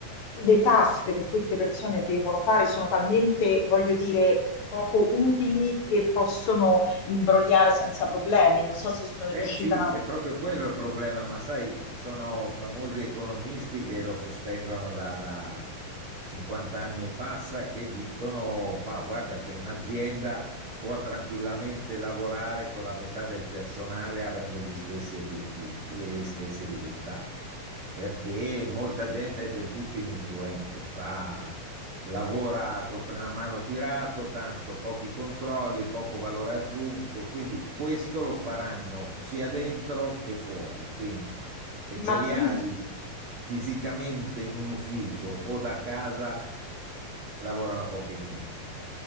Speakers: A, on the left; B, on the right.
A: le task che queste persone devono fare sono talmente, voglio dire, poco utili che possono imbrogliare senza problemi? Non so se sono
B: Eh
A: riuscita.
B: sì, è proprio quello il problema, ma sai, ci sono famosi economisti che lo sostengono da, da 50 anni e passa, che dicono, bah, guarda che un'azienda può tranquillamente lavorare con la metà del personale avendo gli stessi obiettivi e gli stessi risultati, perché molta gente è del tutto ininfluente, fa lavora col freno a mano tirato, tanto pochi controlli, poco valore aggiunto, quindi questo lo faranno sia dentro che fuori, quindi se
A: Ma
B: ce li
A: quindi
B: hai fisicamente in un ufficio o da casa, lavorano poco e niente.